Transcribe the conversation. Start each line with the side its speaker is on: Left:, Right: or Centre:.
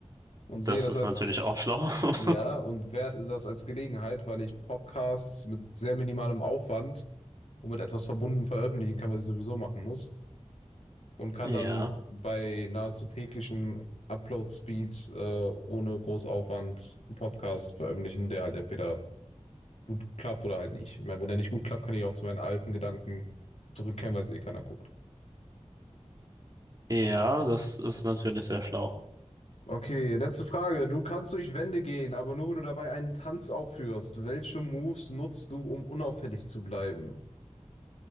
Left: und
Right: Das
Left: sehe das
Right: ist
Left: als,
Right: natürlich auch schlau. <laughs>
Left: ja, und werte das als Gelegenheit, weil ich Podcasts mit sehr minimalem Aufwand und mit etwas verbunden veröffentlichen kann, was ich sowieso machen muss. und kann
Right: Ja,
Left: dann bei nahezu täglichen Upload-Speed äh, ohne groß Aufwand einen Podcast veröffentlichen, der halt entweder gut klappt oder halt nicht. Ich meine, wenn der nicht gut klappt, kann ich auch zu meinen alten Gedanken zurückkehren, weil es eh keiner guckt.
Right: ja, das ist natürlich sehr schlau.
Left: Okay, letzte Frage. Du kannst durch Wände gehen, aber nur wenn du dabei einen Tanz aufführst. Welche Moves nutzt du, um unauffällig zu bleiben?